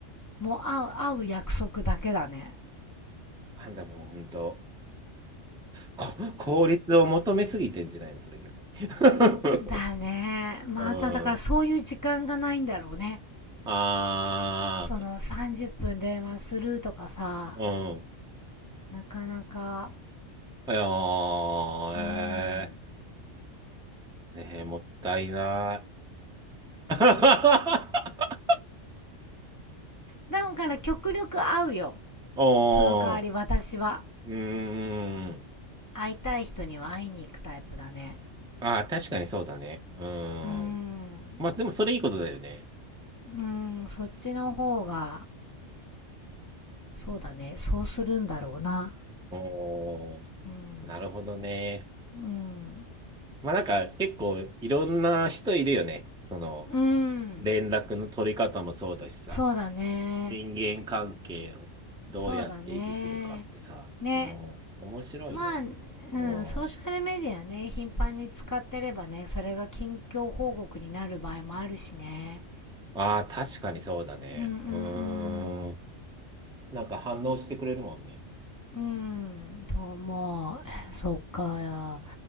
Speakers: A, on the left; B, in the centre.
A: もう会う、会う約束だけだね。
B: なんだもう本当、こ <laughs> 効率を求めすぎてんじゃないの、それ逆に。<laughs>
A: だよね。まただからそういう時間がないんだろうね。
B: うんあ
A: その30分電話するとかさ。
B: ー、うん。
A: なかなか、
B: いやー、
A: うーん。
B: えー、ねえもったいない。<laughs>
A: だから極力会うよ。
B: おー、
A: その代わり私は。
B: うーん。
A: 会いたい人には会いに行くタイプだね。
B: あー、確かにそうだね。うー
A: うーん。
B: ん。まあ、でもそれいいことだよね。
A: うーん、そっちの方が、そうだね。そうするんだろうな。
B: おー、
A: うん。
B: なるほどね。
A: うん。
B: まあ、なんか結構いろんな人いるよね。その、
A: うん。
B: 連絡の取り方もそうだしさ。
A: そうだね。
B: 人間関係をどうやって維持するかってさ、
A: そうだね。ね。
B: うん、面白いな。
A: まあ、うん、
B: うん、
A: ソーシャルメディアね、頻繁に使ってればね、それが近況報告になる場合もあるしね。
B: ああ、確かにそうだね。
A: うんうん
B: うーん。なんか反応してくれるもんね。
A: うん。うん、と思う。そっか、